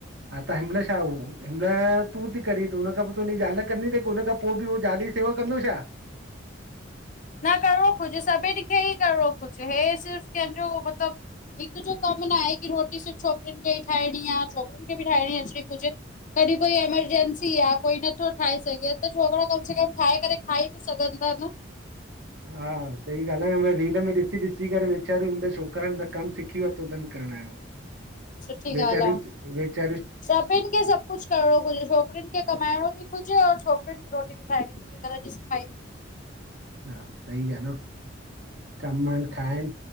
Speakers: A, on the right (about 65°); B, on the left (about 40°).
A: हा त हिमहिल छा हू हिमहिल तूं थी कर हुन खां ज़ाल थियो? कंदु छा?
B: न करणो घुरजे सभिनि खे ई करिणो घुरजे, हे सिर्फ़ कंहिंजो मतलबु हिकु जो कमु। में न आहेी रोटी सिर्फ़ छोकिरन खे ई ठाहिणी आहे छोकिरनि खे बि ठाहिणी अच कुझु। कॾहिं कोई एमरजंसी आ कोई नथो ठाहे सघे त छोकरा कम से कम ठाहे करे खाई त सघंदा न।
A: हा सही ॻाल्हि आहे, रील में ॾिसी ॾिसी करे वेचारियूं छोकिरनि त कमु सिखी वरितोूंन। यण
B: सुठी
A: वेचारी
B: ॻाल्हि आ
A: वेचा
B: सभिनि खे सभु कुझ करणो खुजे, छोकरिन कमाइणो बि खुजे और छोकिरिन खे रोटी ठण घर जी साई बि करणी
A: हा सही आहे न कमनि खाइणु